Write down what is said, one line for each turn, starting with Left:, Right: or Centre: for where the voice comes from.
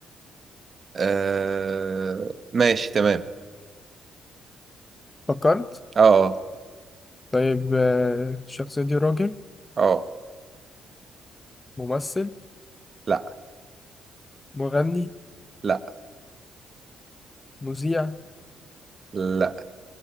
Right: آه... ماشي تمام
Left: فكرت
Right: اه اه
Left: طيب آه، الشخصية دي راجل
Right: آه،
Left: ممثل
Right: لا
Left: مغني
Right: لا
Left: مذيع
Right: لا